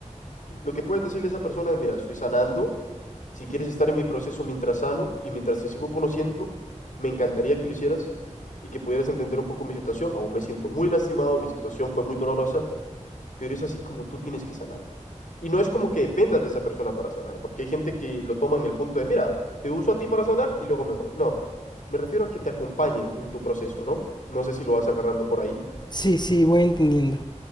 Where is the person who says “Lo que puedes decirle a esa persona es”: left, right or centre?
Left